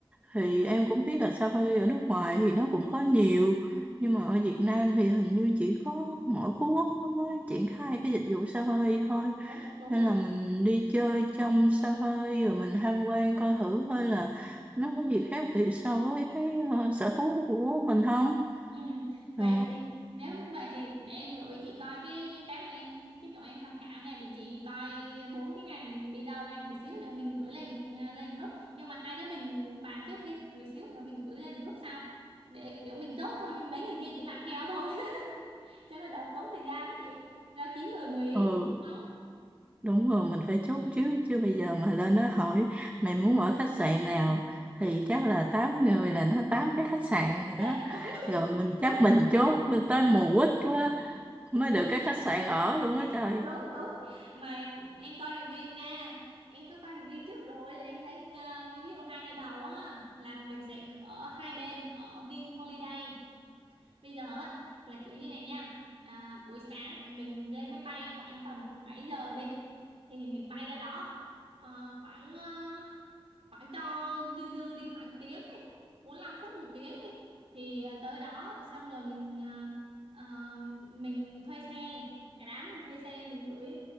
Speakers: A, on the right; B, on the right.
A: thì em cũng biết là Safari ở nước ngoài thì nó cũng có nhiều, nhưng mà ở Việt Nam thì hình như chỉ có mỗi Phú Quốc nó mới triển khai cái dịch vụ Safari thôi.
B: đúng đúng
A: Nên là mình đi chơi trong Safari rồi mình tham quan coi thử coi là nó có gì khác biệt so với cái ờ, sở thú của mình không.
B: Ừ, vậy
A: Ờ,
B: thì nếu vậy thì để em gửi chị coi cái cái mà em cái chỗ em tham khảo nha để chị coi bốn cái ngày mình đi đâu nha để xíu nữa mình gửi lên lên group nhưng mà hai đứa mình bàn trước đi rồi xíu nữa mình gửi lên group sau để kiểu mình chốt thôi mấy người kia chỉ làm theo thôi <laughs> cho nó đỡ tốn thời gian đó chị do chín người mười ý
A: ừ.
B: đúng không
A: Đúng rồi, mình phải chốt
B: ừ,
A: trước chứ bây giờ mà lên nó hỏi mày muốn ở khách sạn nào thì chắc là 8 người là nó 8 cái khách sạn rồi
B: <laughs>
A: đó. Rồi mình
B: đúng
A: chắc mình chốt tới mùa quýt quá mới được
B: đúng
A: cái khách sạn ở luôn á trời.
B: đúng đúng đúng mà em coi review nha em có coi review trước rồi là em thấy ờ, ví dụ hai ngày đầu á là mình sẽ ở hai đêm ở Vin Holiday bây giờ á là kiểu như này nha à, buổi sáng mình lên máy bay khoảng tầm 7 giờ đi thì mình bay ra đó Ờ, khoảng ờ, khoảng cho dư dư đi khoảng tiếng đi 45 phút một tiếng đi thì à, tới đó xong rồi mình à, à, mình thuê xe cái đám mình thuê xe mình gửi